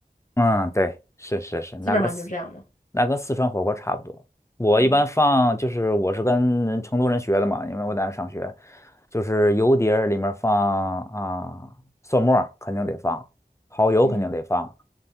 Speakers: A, on the left (about 15°); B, on the left (about 50°).
A: 嗯，嗯对，是是是，那个。
B: 基本上就这样嘛。
A: 四那跟四川火锅差不多。我一般放就是我是跟成都人学的嘛，
B: 嗯。
A: 因为我在那上学，就是油碟儿里面放啊蒜末儿肯定得放，蚝油肯定得放，
B: 嗯